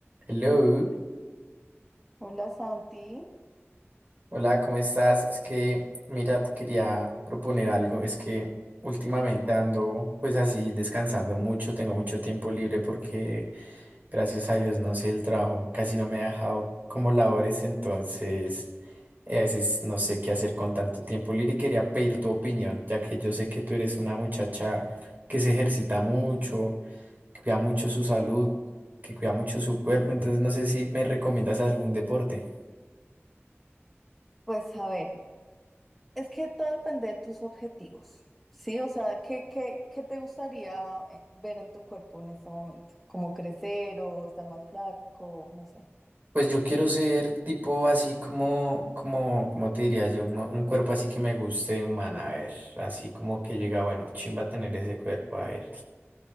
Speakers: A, on the right; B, in the centre.
A: Hello,
B: Hola Santi,
A: hola, ¿cómo estás? Es que, mira, te quería proponer algo. Es que últimamente ando pues así descansando mucho, tengo mucho tiempo libre porque gracias a Dios, no sé, el trabajo casi no me ha dejado como labores, entonces eh, a veces no sé qué hacer con tanto tiempo libre y quería pedir tu opinión, ya que yo sé que tú eres una muchacha que se ejercita mucho, que cuida mucho su salud, que cuida mucho su cuerpo, entonces no sé si me recomiendas algún deporte.
B: pues a ver, es que todo depende de tus objetivos, ¿sí? O sea, ¿qué, qué, qué te gustaría eh, ver en tu cuerpo en este momento? ¿Como crecer o estar más flaco? No sé.
A: Pues yo quiero ser tipo así como, como, como te diría yo, Mo- un cuerpo así que me guste humana, a ver, así como que llega, bueno, chimba tener ese cuerpo, a ver.